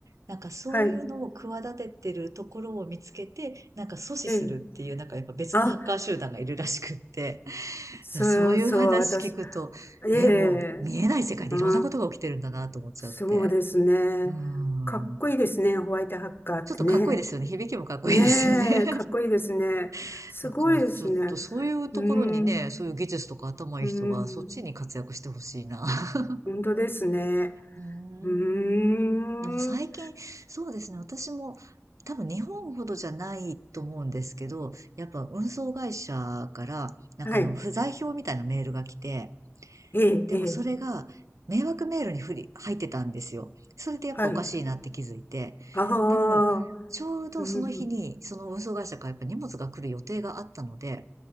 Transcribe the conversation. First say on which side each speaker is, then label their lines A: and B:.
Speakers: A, on the right; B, on the left.
A: なんかそういうのを企ててるところを見つけて、
B: はい。
A: なんか阻止するっていう、
B: ええ。
A: なんかやっぱ別のハッカー集団がいるらしくって、
B: あ
A: だからそういう話聞くと、
B: そう、そう、私、ええ、
A: ね、もう見えない世界でいろんなことが起きてるんだなと思っちゃって。
B: うん、そうですね。
A: うーん。
B: かっこいいですね、ホワイトハッカーってね。
A: ちょっとかっこいいですよね。響きもかっこいいですよね。
B: ねえ、かっこいいですね。
A: <laughs>
B: すごいですね。
A: だからちょっとそういうところにね、
B: うん、
A: そういう技術とか頭いい人がそっちに活躍してほしいな。
B: うん、
A: <laughs>
B: 本当ですね。
A: うーん。
B: うーん、
A: でも最近、そうですね、私も多分日本ほどじゃないと思うんですけど、やっぱ運送会社から、なんかあの不在票みたいなメールが来て、
B: はい、ええ、
A: でもそれが迷惑メールにふり、
B: ええ、
A: 入ってたんですよ。それでやっぱおかしいなって気づいて。
B: はい。ああ、
A: でも、ちょうどその日に、
B: うん、
A: その運送会社からやっぱ荷物が来る予定があったので、